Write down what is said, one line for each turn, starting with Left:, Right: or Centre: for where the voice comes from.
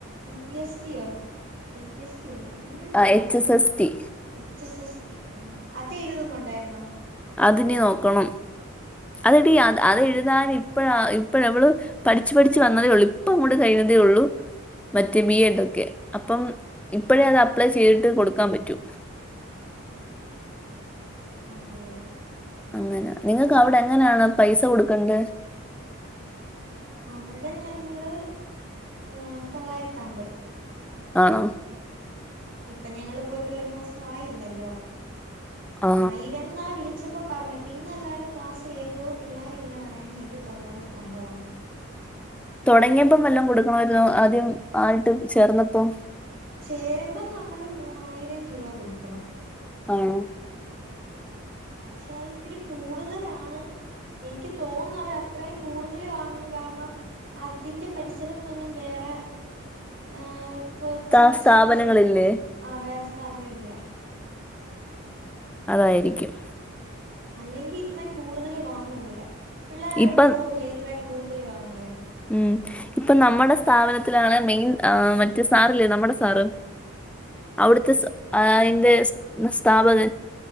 Right: യു പി എസ് ടി യോ എൽ പി എസ് ഡി ആയി അങ്ങനെ ആണ്ടല്ലേ
Centre: ആഹ് എച്ച്
Right: പറയുന്നേ,
Centre: S S T
Right: H S S T ആ അത് എഴുതുന്നുണ്ടായിരുന്നോ?
Centre: അതിനെ നോക്കണം. അതെടി അത അതെഴുതാന് ഇപ്പഴ ഇപ്പഴ അവള് പഠിച്ച് പഠിച്ച് വന്നതേ ഉള്ളൂ. ഇപ്പം അങ്ങോട്ട് കഴിഞ്ഞതേ ഉള്ളൂ മറ്റ് ബി എഡ് ഒക്കെ, അപ്പം ഇപ്പഴേ അത് അപ്ലൈ ചെയ്ത് കൊടുക്കാൻ പറ്റൂ.
Right: അതെയോ
Centre: അങ്ങനെ, നിങ്ങക്ക് അവിടെ എങ്ങനേണ് പൈസ കൊടുക്കണ്ടെ.
Right: അവടെ ഞങ്ങള് ഏ തൊള്ളായിരത്ത അമ്പത്.
Centre: ആണോ?
Right: ഇപ്പം ഞങ്ങള് പോയിട്ട് ഒരു മാസം ആയില്ലല്ലോ.
Centre: ആ
Right: ആയിരം ന്നാ വിളിച്ചപ്പോ പറഞ്ഞത്. പിന്നെ അല്ലാണ്ട് ക്ലാസ്സ്ൽ ഏതോ പിള്ളേര് ഇങ്ങനെ പറയുന്നത് കേട്ട് തൊള്ളായിരത്തി അമ്പതാ ന്ന്.
Centre: തൊടങ്ങിയപ്പം വല്ലോം കൊടുക്കണമായിരുന്നോ ആദ്യം ആയിട്ട് ചേർന്നപ്പോ?
Right: ചേരുമ്പം നമ്മള് മൂവായിരം രൂപ കൊടുക്കണം
Centre: ആണോ?
Right: പക്ഷെ അത് ഇത്തിരി കൂടുതലാണ്. ഇൻക്ക് തോൻന്ന അവർ അത്രയും കൂടുതല് വാങ്ങാൻ കാരണം അതിന്റെ പരിസരത്തൊന്നും വേറെ ഏഹ കോച്ചിങ്
Centre: സ്ഥാ- സ്ഥാപനങ്ങളില്ലേ
Right: സെന്ററിൽ ആ വേറെ സ്ഥാപനം ഇല്ല.
Centre: അതായിരിക്കും.
Right: അല്ലെങ്കി ഇത്രയും കൂടുതല് വാങ്ങൂല. പിള്ളേര് അവിടന്ന്
Centre: ഇപ്പൊ
Right: പോവില്ലേ ഇത്രയും കൂടുതല് വാങ്ങിയാ.
Centre: ഉം. ഇപ്പം നമ്മുടെ സ്ഥാപനത്തിലാണ് മെയിൻ ആ മറ്റ് സാറല്ലേ നമ്മുടെ സാറ്. അവിടുത്തെ സ ആയിന്റെ സ് ന്ന സ്ഥാപകൻ